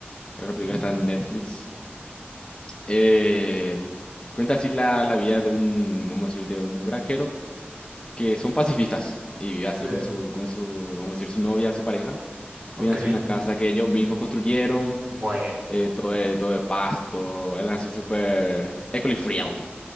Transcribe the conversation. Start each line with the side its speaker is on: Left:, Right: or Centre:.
Left: Es una película
Right: Sí.
Left: que está en Netflix. Eh, cuenta así la, la vida de un, vamos a decir, de un granjero que son pacifistas y vive así
Right: Sí.
Left: con su, con su, vamos a decir, su novia, su pareja. Viven
Right: Ok.
Left: así en una casa que ellos mismos construyeron,
Right: Bueno.
Left: eh, todo, de- todo de pasto, eran así súper eco-friendly.